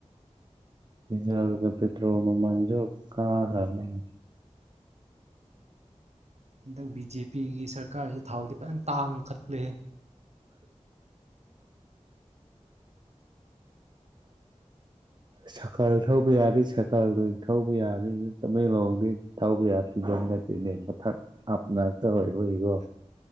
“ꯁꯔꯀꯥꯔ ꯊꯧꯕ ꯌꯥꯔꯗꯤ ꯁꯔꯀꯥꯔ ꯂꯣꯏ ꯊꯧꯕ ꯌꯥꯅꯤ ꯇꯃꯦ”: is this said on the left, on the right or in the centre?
Right